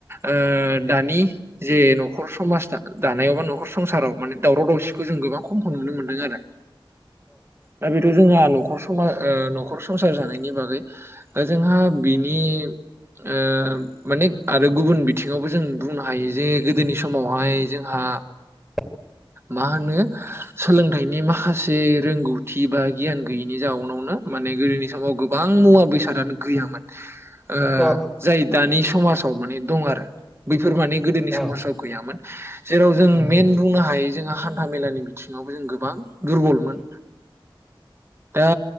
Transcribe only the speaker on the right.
ओ दानि जे ए न'खर समाज दानायाव बा न'खर संसाराव माने दावराव दावसिखौ जों गोबां खमखौ नुनो मोनदों आरो। दा बेथ' जोंहा न'खर समा ओ न'खर संसार जानायनि बागै ओ जोंहा बिनि ओ मानेक आरो गुबुन बिथिङावबो जों बुंनो हायो जे गोदोनि समावहाय जोंहा
मा होनो सोलोंथाइनि माखासे रोंगौथि बा गियान गैयिनि जाउनावनो मान नै गोदोनि समाव गोबां मुवा बेसादानो गैयोमोन ओ
जाय दानि समाजाव माने दं आरो बै फोर माने गोदोनि
समाजाव गैयामोन जेराव जों
मेन बुंनो हायो जोंहा हान्था मेलानि मिथि सिङावबो जों गोबां दुरबलमोन। दा